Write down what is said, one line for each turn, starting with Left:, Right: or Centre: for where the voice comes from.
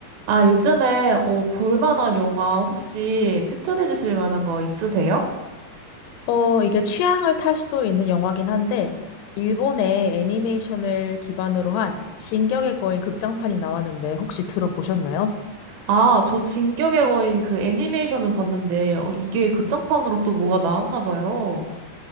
Right: 아, 요즘에 어, 볼 만한 영화 혹시 추천해 주실 만한 거 있으세요?
Left: 어, 이게 취향을 탈 수도 있는 영화긴 한데, 일본의 애니메이션을 기반으로 한 진격의 거인 극장판이 나왔는데 혹시 들어보셨나요?
Right: 아, 저 진격의 거인 그 애니메이션은 봤는데 어, 이게 극장판으로 또 뭐가 나왔나 봐요.